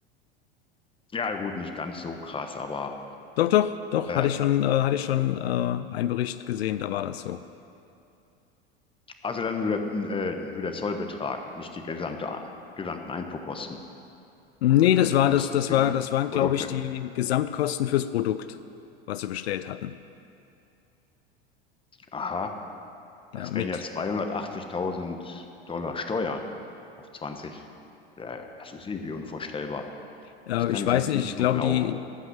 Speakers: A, on the left; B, on the left.
A: ja gut, nicht ganz so krass, aber
B: Doch, doch, doch,
A: äh,
B: hatte ich schon, äh, hatte ich schon äh, einen Bericht gesehen, da war das so.
A: also dann nur der, äh, nur der Zollbetrag, nicht die gesamte, gesamten Einfuhrkosten
B: Nee,
A: und, und
B: das war
A: Kosten
B: das, das
A: für
B: war,
A: die
B: das waren,
A: Produkte.
B: glaube ich, die Gesamtkosten fürs Produkt, was sie bestellt hatten.
A: Aha, das
B: Ja, mit,
A: wären ja 280.000 Dollar Steuern auf 20. Ja, Das ist irgendwie unvorstellbar.
B: äh,
A: Das kann
B: ich
A: ich
B: weiß
A: jetzt
B: nicht,
A: nicht
B: ich
A: so
B: glaube,
A: glauben.
B: die,